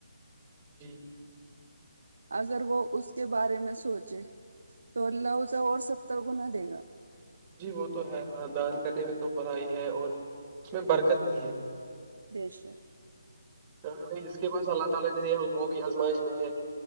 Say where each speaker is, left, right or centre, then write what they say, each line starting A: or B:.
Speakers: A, on the right (about 20°); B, on the right (about 65°).
A: جی
B: اگر وہ اس کے بارے میں سوچے تو اللہ اسے اور ستر گنا دے گا
A: جی وہ تو ہے ہاں دان کرنے میں تو بڑا ہی ہے اور اس میں برکت بھی ہے
B: بے شک
A: ہمیں جس کے پاس اللہ تعالی نے دیا وہ بھی ازمائش میں ہے